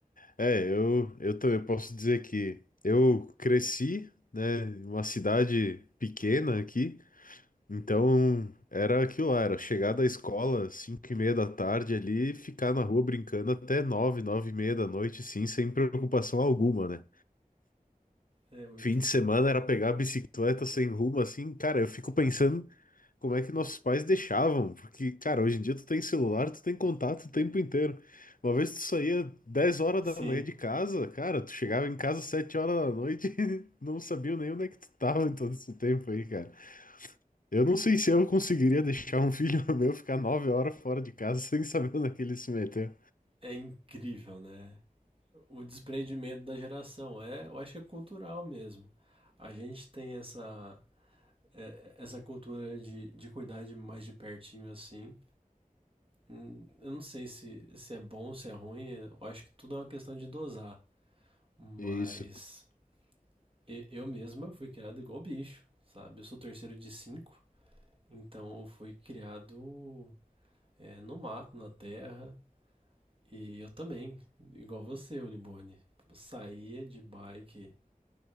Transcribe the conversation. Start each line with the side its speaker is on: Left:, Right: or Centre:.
Left: É, eu, eu também posso dizer que eu cresci, né, em uma cidade pequena aqui, então era aquilo lá, era chegar da escola cinco e meia da tarde ali, e ficar na rua brincando até nove, nove e meia da noite, sim, sem preocupação alguma, né?
Right: É muito
Left: Fim de
Right: bom.
Left: semana era pegar a bicicleta sem rumo, assim, cara, eu fico pensando como é que nossos pais deixavam, porque, cara, hoje em dia tu tem celular, tu tem contato o tempo inteiro. Uma vez tu saía dez horas
Right: Sim,
Left: da manhã de casa, cara, tu chegava em casa 7 horas da noite <laughs> e não sabia nem onde é que tu tava em todo esse tempo aí, cara. Eu não sei se eu conseguiria deixar um filho <laughs> meu ficar 9 horas fora de casa sem saber onde é que ele se meteu.
Right: é incrível, né? O desprendimento da geração é, eu acho que é cultural mesmo. A gente tem essa é, essa cultura de, de cuidar de mais de pertinho assim, Hum, Eu não sei se, se é bom, se é ruim, eu acho que tudo é uma questão de dosar. Mas
Left: É Isso.
Right: eu mesmo eu fui criado igual bicho, sabe? Eu sou terceiro de cinco, então eu fui criado é, no mato, na terra. E eu também, igual você, Olibone. Eu Saía de bike,